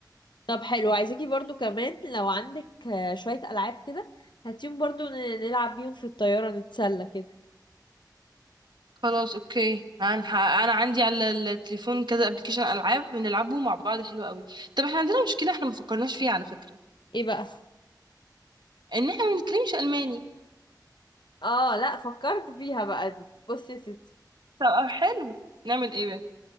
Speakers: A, on the left (about 90°); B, on the right (about 80°).
A: طب حلو عايزاكي برضو كمان لو عندك آه، شوية ألعاب كده هاتيهم برضو ن- نلعب بيهم في الطيارة نتسلى كده
B: خلاص اوكي انا ح- انا عندي على التليفون كذا ابلكيشن العاب بنلعبه مع بعض حلو قوي طب احنا عندنا مشكله احنا ما فكرناش فيها على فكره
A: ايه بقى
B: ان احنا ما بنتكلمش الماني
A: اه لا فكرت فيها بقى دي بصي يا ستي
B: طب حلو نعمل ايه بقى